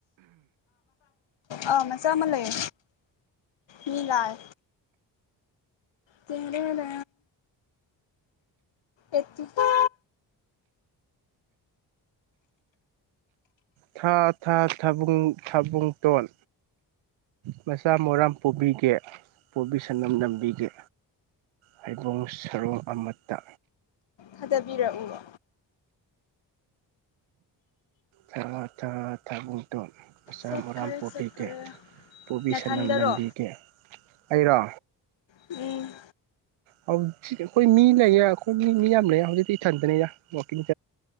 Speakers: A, on the left; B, on the right.
A: ꯑ ꯃꯆꯥ ꯑꯃ ꯂꯩ ꯃꯤ ꯂꯥꯏ ꯆꯦꯔꯗ ꯑꯦꯆ
B: ꯊꯥ ꯊꯥ ꯊꯕ ꯊꯥꯕꯨꯡꯇꯣꯟ ꯃꯆꯥ ꯃꯔꯥꯝ ꯄꯨꯕꯤꯒꯦ ꯄꯨꯕꯤꯁꯅꯝ ꯅꯝꯕꯤꯒꯦ ꯍꯩꯕꯣꯡ ꯁꯔꯣꯡ ꯑꯃꯠꯇ
A: ꯊꯥꯗꯕꯤꯔꯛꯎꯕ
B: ꯍ ꯊ ꯊꯥꯕꯨꯨꯡꯗꯣ ꯃꯆꯥ
A: ꯆꯠꯈ꯭ꯔꯦ
B: ꯃꯔꯔꯥꯝ ꯄꯣꯄꯤꯒꯦ
A: ꯆꯠꯈ꯭ꯔꯦ
B: ꯄꯣꯕꯤ
A: ꯅꯊꯟꯗꯔꯣ
B: ꯁꯅꯝ ꯂꯝꯕꯤꯒꯦ ꯑꯩꯔꯣ
A: ꯎꯝ
B: ꯍꯧꯖꯤꯛ ꯑꯩꯈꯣꯏ ꯃꯤ ꯂꯩꯌꯦ ꯑꯩꯈꯣꯏ ꯃꯤ ꯃꯤ ꯌꯥꯝ ꯂꯩꯌꯦ ꯍꯧꯖꯤꯛꯇꯤ ꯏꯊꯟꯗꯅꯦꯗ ꯋꯥꯛꯀꯤꯡ